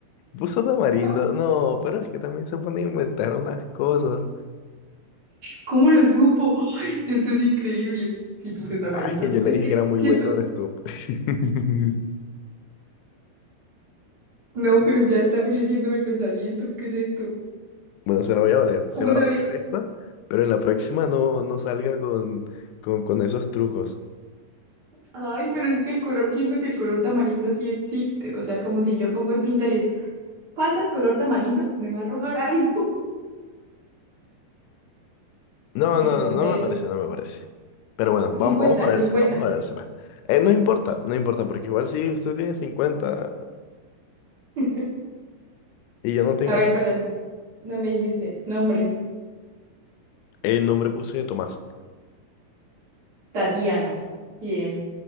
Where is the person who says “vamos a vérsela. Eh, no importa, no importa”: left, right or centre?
Left